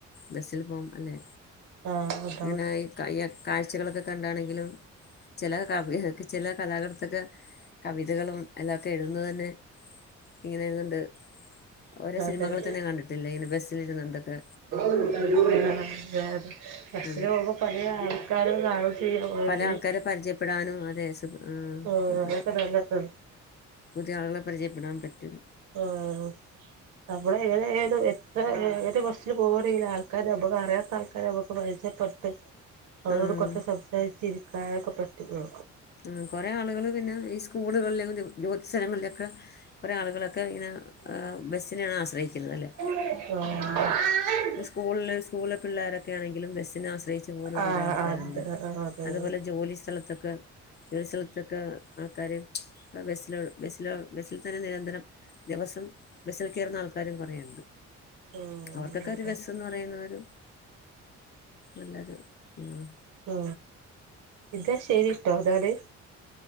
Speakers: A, on the left; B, on the right.
A: ബസ്സിൽ പോംബം അല്ലെ
B: ആഹ
A: ഇങ്ങനെ ഈഈ കാഴ്ച്ചക്കളൊക്കെ കണ്ടാണെങ്കിലും ചില കവി ചില കഥാകൃത്തക്കെ കവിതകളും എല്ലാംക്കെ എഴുതുന്ന തന്നെ ഇങ്ങനെ ഇരുന്നുണ്ട് ഓരോ
B: അതെ
A: സിനിമകൾ തന്നെ കണ്ടിട്ടില്ലേ ഇങ്ങനെ ബസ്സില ഇരുന്നുണ്ടൊക്കെ
B: <unintelligible>
A: അതെ
B: ആൾക്കാരും കാണും ചെയ്യും ഓരോരുത്തര്
A: പല ആൾക്കാരെ പരിചയപ്പെടാനും അതെ സുഖ
B: ആഹ്
A: ആ പറ്റും
B: അതൊക്കെ നല്ലതാണ്
A: പുതിയ ആളുകളെ പരിചയപ്പെടാൻ പറ്റും
B: ആഹ നമ്മള് ഏത് ഏത് എത്ര ഏത് ബസ്സിൽ പോകറല്ല ആൾക്കാരെ നമ്മുക്ക അറിയാത്ത ആൾക്കാരെ നമ്മുക്ക് പരിച്ചപ്പെ അവരോട്
A: ആ
B: കൊറച്ച് സംസാരിച്ചിരിക്കാനൊക്കെ പറ്റുമ
A: ആ കൊറെേ ആളുകള് പിന്നെ ഈ സ്കൂളുകളില ജോലി സ്ഥലങ്ങളിലക്കെ കൊറെ ആളുകളൊക്കെ ഇങ്ങനെ ബസിനേണ് ആശ്രയിക്കുന്ന് അല്ലേ
B: <inaudible>
A: ഇത് സ്കൂളില്, സ്കൂളിലെ പിള്ളരൊക്കെണെങ്കിലും ബസ്സിനെ ആശ്രയിച്ച് <unintelligible>
B: ആഹ്
A: കൊറെേ ആൾക്കാരുണ്ട്
B: ആഹ് അതെ അതെ
A: അതുപോലെ ജോലി സ്ഥലത്തൊക്കെ ചില സ്ഥലത്തൊക്കെ ആൾക്കാര ബസിലോ ബസില ബസിൽ തന്നെ നിരന്തരം ദിവസം ബസ്സിൽ കയറുന്ന ആൾക്കാരും കുറയുണ്ട്
B: ആഹ്
A: അവർക്കൊക്കെ ഒരു വെസ്ന്ന് പറയുന്നത് നല്ലൊരു ഉ
B: ഉ ഇതാ ശരിട്ടോ <unintelligible>